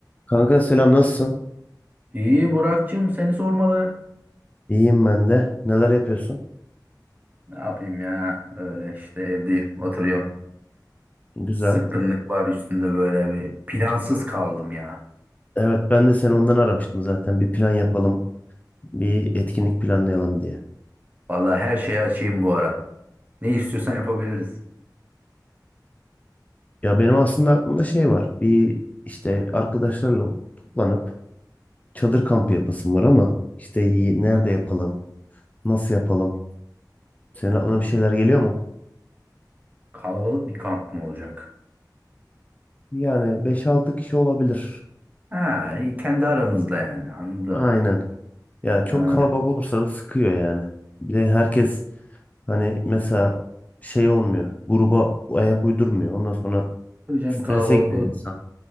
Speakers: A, on the left; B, on the right.
A: Kanka selam nasılsın?
B: İyi Burak'cığım seni sormalı.
A: İyiyim ben de. Neler yapıyorsun?
B: Ne yapayım ya? Öyle işte evdeyim, oturuyorum.
A: Güzel.
B: Sıkkınlık var üstünde böyle bir. Plansız kaldım ya.
A: Evet ben de seni ondan aramıştım zaten. Bir plan yapalım. Bir etkinlik planlayalım diye.
B: Vallahi her şeye açayım bu ara. Ne istiyorsan yapabiliriz.
A: Ya benim aslında aklımda şey var. Bir işte arkadaşlarla toplanıp çadır kampı yapasım var ama işte y- nerede yapalım? Nasıl yapalım? Senin aklına bir şeyler
B: Hı.
A: geliyor mu?
B: Kalabalık bir kamp mı olacak?
A: Yani beş altı kişi olabilir.
B: Ha, iyi, kendi aramızda yani anladım.
A: Aynen. Ya çok
B: Ha,
A: kalabalık olursa da sıkıyor yani. Bir de herkes hani mesela şey olmuyor. Gruba ayak uydurmuyor. Ondan sonra
B: tabii canım
A: Strese
B: kalabalık
A: giriyor
B: olur.
A: insan.